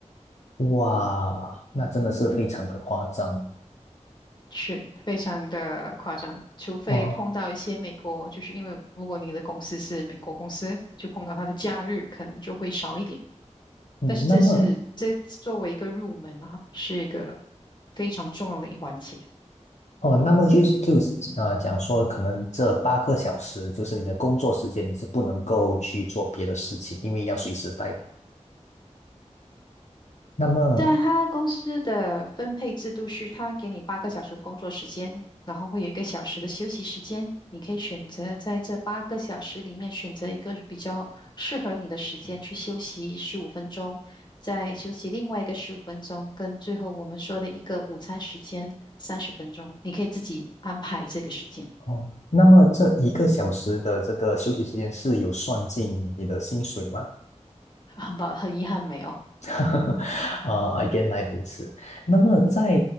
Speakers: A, on the left; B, on the left.
A: 哇，那真的是非常的夸张
B: 是非常的夸张，除非碰到一些美国，
A: 哦。
B: 就是因为如果你的公司是美国公司，就碰到它的假日可能就会少一点。
A: 嗯，
B: 但是这是这作为一个入门啊，
A: 那么，
B: 是一个非常重要的一环节。
A: 哦，那么就是就啊，讲说，可能这八个小时就是你的工作时间，你是不能够去做别的事情，因为要随时待命。那么，
B: 但他公司的分配制度是，他给你八个小时的工作时间，然后会有一个小时的休息时间。你可以选择在这八个小时里面选择一个比较适合你的时间去休息十五分钟，再休息另外一个十五分钟，跟最后我们说的一个午餐时间三十分钟，你可以自己安排这个时间。
A: 哦，那么这一个小时的这个休息时间是有算进你的薪水吗？
B: <laughs> 很抱，很遗憾没有。
A: <laughs> 呃，原来如此。那么在